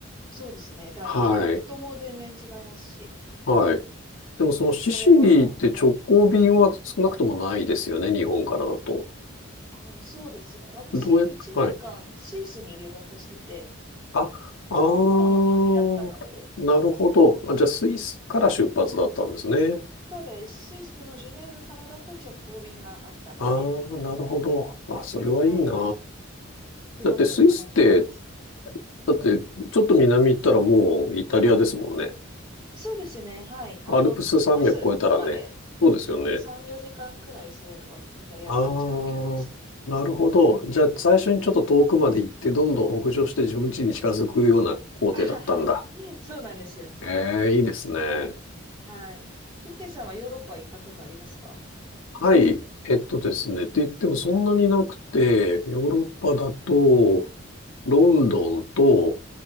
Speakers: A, on the right; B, on the left.
A: そうですね。だいぶ、
B: はい、
A: 人も全然違いますし、
B: はい。でもそのシシリって直行便は少なくともないですよね、
A: 食べ物も。
B: 日本からだと。
A: あー、そうですね。私、
B: どうや、
A: 1年間、
B: はい。
A: スイスに留学してて、
B: あ、あー、
A: その頃の旅だったので、
B: なるほど。あ、じゃあ、スイスから出発だったんですね。
A: そうです。スイスのジュネーブからだと直行便があったので、
B: ああ、なるほど。あ、それはいいな。
A: はい。すごく楽しかったです。
B: だってスイスって、だってちょっと南行ったらもうイタリアですもんね。
A: そうですね。はい。あの、
B: アルプス山脈越えたらね。
A: バスとかで
B: そうですよね。
A: 3、4時間くらいすればイタリア着いちゃう距離でしたね。
B: ああ、なるほど。じゃあ最初にちょっと遠くまで行って、どんどん北上して自分家に近づくような行程だったんだ。
A: <laughs> あははそうなんですよ。
B: ええ、いいですね。
A: はい。ヒデさんはヨーロッパ行ったことありますか
B: はい。えっとですね。って言ってもそんなになくて、ヨーロッパだと、ロンドンと、